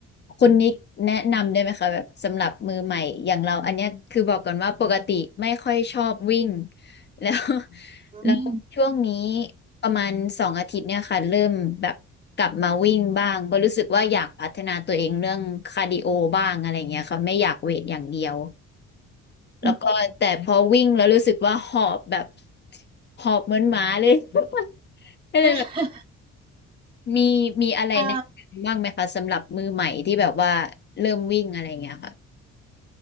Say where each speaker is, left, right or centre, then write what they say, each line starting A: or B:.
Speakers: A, on the left; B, on the right.
A: คุณนิกแนะนำได้ไหมคะแบบสำหรับมือใหม่อย่างเราอันเนี้ยคือบอกก่อนว่าปกติไม่ค่อยชอบวิ่ง <laughs> แล้ว <laughs>
B: อืม
A: แล้วช่วงนี้ประมาณสองอาทิตย์เนี่ยค่ะเริ่มแบบกลับมาวิ่งบ้างเพราะรู้สึกว่าอยากพัฒนาตัวเองเรื่องคาร์ดิโอบ้างอะไรเงี้ยค่ะไม่อยากเวทอย่างเดียว
B: <laughs>
A: แล้วก็แต่พอวิ่งแล้วรู้สึกว่าหอบแบบ
B: อืม
A: หอบเหมือนหมาเลย <laughs> ก็เลยแบ
B: <laughs>
A: มีมีอะไรแนะนำบ้างไหมคะสำหรับมือใหม่ที่แบบว่าเริ่มวิ่งอะไรเงี้ยค่ะ
B: อ่า